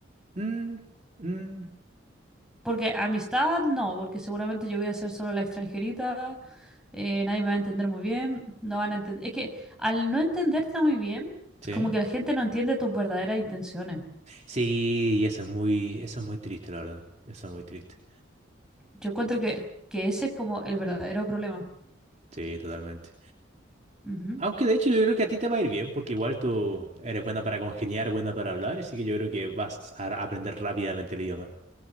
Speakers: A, on the right; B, in the centre.
A: Mm, mm,
B: Porque amistad no, porque seguramente yo voy a ser solo la extranjerita, eh, nadie me va a entender muy bien, no van a entender. Es que al no entenderte muy bien,
A: sí.
B: como que la gente no entiende tus verdaderas intenciones.
A: Sí, y eso es muy, eso es muy triste, la verdad. Eso es muy triste.
B: Yo encuentro que, que ese es como el verdadero problema.
A: Sí, totalmente.
B: Ujú.
A: Aunque de hecho yo creo que a ti te va a ir bien, porque igual tú eres buena para congeniar, buena para hablar, así que yo creo que vas a aprender rápidamente el idioma.